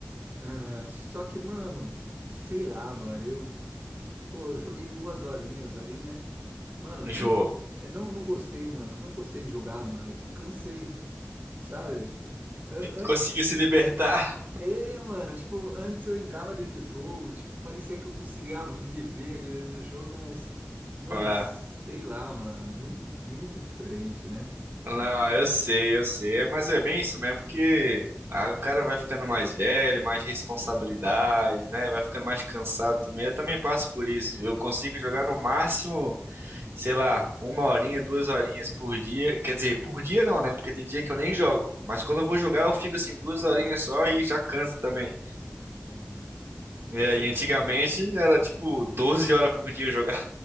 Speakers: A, on the right; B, on the right.
A: É, só que, mano, sei lá, mano, eu, ô, eu joguei duas horinhas ali, né? Mano,
B: enjoou.
A: não, eu não, não gostei, mano, não gostei de jogar, mano, tipo, cansei, sabe? É,
B: Conseguiu se libertar?
A: é- é, mano, tipo, antes eu entrava dentro do jogo, tipo, parecia que eu conseguia viver ali dentro do jogo, mas, mano,
B: <laughs> Ah.
A: sei lá, mano, muito, muito diferente, né?
B: Não, eu sei, eu sei, mas é bem isso mesmo, porque ah, o cara vai ficando mais velho, mais responsabilidades, né? Vai ficando mais cansado também. Eu também passo por isso. Eu consigo jogar no máximo,
A: Hum,
B: sei lá, uma horinha, duas horinhas por dia. Quer dizer, por dia não, né? Porque tem dia que eu nem jogo. Mas quando
A: hum.
B: eu vou jogar, eu fico assim duas horinhas só e já canso também.
A: É, né?
B: É,
A: Daí você
B: e antigamente era tipo doze horas por dia eu jogar.